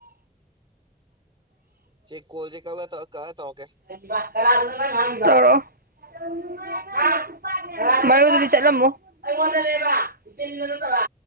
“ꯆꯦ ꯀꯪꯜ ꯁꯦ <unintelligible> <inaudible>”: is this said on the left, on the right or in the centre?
Right